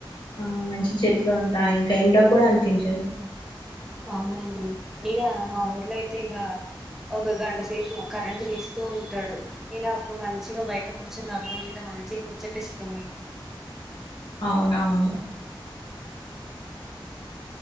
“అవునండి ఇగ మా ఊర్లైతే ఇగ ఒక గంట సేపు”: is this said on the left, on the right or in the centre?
Centre